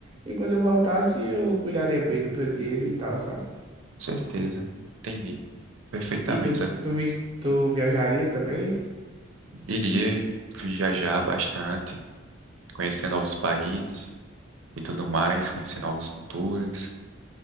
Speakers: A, on the right; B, on the right.
A: E quando eu voltasse, eu cuidaria bem do meu dinheiro e tal, sabe?
B: com certeza. Entendi. Perfeitamente.
A: E tu,
B: Eu
A: tu, vi- tu viajaria também?
B: iria viajar bastante, conhecer novos países e tudo mais, conhecer novas culturas.